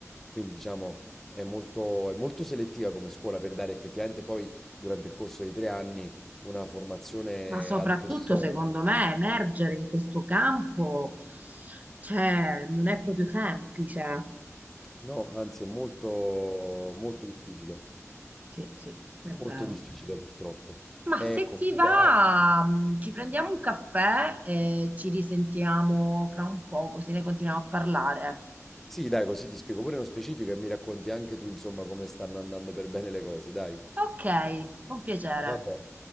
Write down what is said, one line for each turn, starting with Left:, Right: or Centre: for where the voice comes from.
Centre: quindi diciamo è molto, è molto selettiva come scuola per dare effettivamente poi durante il corso di tre anni una formazione
Right: Ma soprattutto,
Centre: ad persona.
Right: secondo me, emergere in questo campo, cioè, non è proprio semplice.
Centre: No, anzi è molto, molto difficile,
Right: Sì, sì, è vero.
Centre: molto difficile purtroppo.
Right: Ma
Centre: È
Right: se
Centre: complicato.
Right: ti va, mh, ci prendiamo un caffè e ci risentiamo fra un po', così ne continuiamo a parlare.
Centre: Sì, dai, così ti spiego pure nello specifico e mi racconti anche tu, insomma, come stanno andando per bene le cose, dai.
Right: Ok, con piacere.
Centre: Va bene.